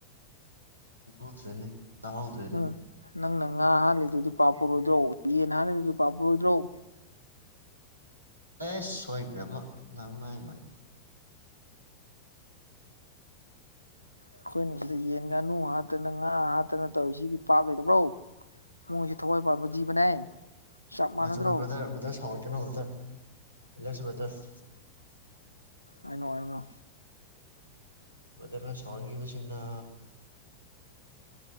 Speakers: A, on the right; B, on the left.
A: <unintelligible> ꯇꯥꯍꯧꯗꯔ꯭ꯦꯅꯦ
B: ꯅꯪ ꯅꯪꯅ ꯉꯥ ꯍꯥꯠꯂꯤꯗꯨꯗꯤ ꯄꯥꯞ ꯄꯨꯔꯣꯏꯗꯔꯣ ꯌꯦꯟ ꯍꯥꯠꯂꯤꯗꯨꯗꯤ ꯄꯥꯞ ꯄꯨꯔꯣꯏꯗꯔꯣ
A: ꯑꯦꯁ ꯁꯣꯏꯒ꯭ꯔꯦꯕꯣ ꯅꯃꯥꯏꯃꯠ
B: ꯑꯩꯈꯣꯏꯅ ꯁꯤꯗ ꯌꯦꯟ ꯉꯥꯅꯨ ꯍꯥꯠꯇꯅ ꯉꯥ ꯍꯥꯠꯇꯅ ꯇꯧꯔꯤ ꯁꯤꯗꯤ ꯄꯥꯞ ꯂꯩꯇꯕ꯭ꯔꯣ ꯃꯣꯏꯁꯤ ꯊꯋꯥꯏ ꯄꯥꯟꯕ ꯖꯤꯕꯅꯦ ꯆꯞ ꯃꯥꯟꯅꯗ꯭ꯔꯣ
A: ꯆꯨꯝꯃꯦ ꯕꯔ꯭ꯗꯔ ꯕꯔ꯭ꯗꯔ ꯁꯥꯎꯏ ꯀꯩꯅꯣꯕꯇꯔ ꯏꯂꯦꯛꯁ ꯕꯇꯔ
B: ꯑꯩꯅ ꯑꯩꯅ
A: ꯃꯅ ꯁꯥꯎꯡꯒꯤ ꯁ ꯁꯤꯅꯥ